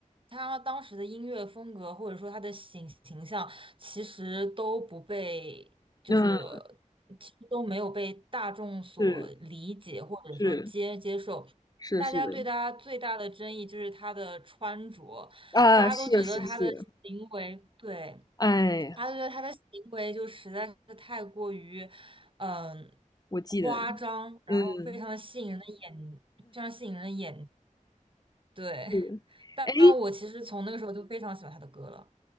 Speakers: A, on the right (about 40°); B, on the left (about 30°).
A: 她当时的音乐风格或者说她的形形象，其实都不被就是
B: 嗯，
A: 其实都没有被大众所理解或者说接接受，
B: 是是是是的，
A: 大家对她最大的争议就是她的穿着，
B: 啊，
A: 大家都觉得她的行为对。
B: 是是是，哎呀，
A: 他觉得他的行为就实在是太过于，嗯、
B: 我记得，
A: 夸张，然后非常的吸引人的眼，
B: 嗯，
A: 非常吸引人的眼，对。
B: 是，
A: 但但我其实从那个时候就非常喜欢他的歌了，
B: 哎，